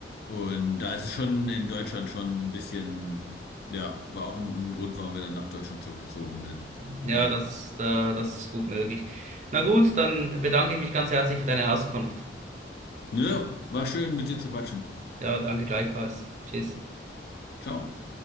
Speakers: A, on the left; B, on the right.
A: und da ist es schon in Deutschland schon ein bisschen, ja, war auch ein, ein Grund, warum wir dann nach Deutschland zurückgezogen sind.
B: Ja,
A: Ja.
B: das, da, das ist gut möglich. Na gut, dann bedanke ich mich ganz herzlich für deine Auskunft.
A: Nö, war schön mit dir zu quatschen.
B: Ja, danke gleichfalls. Tschüss.
A: Ciao.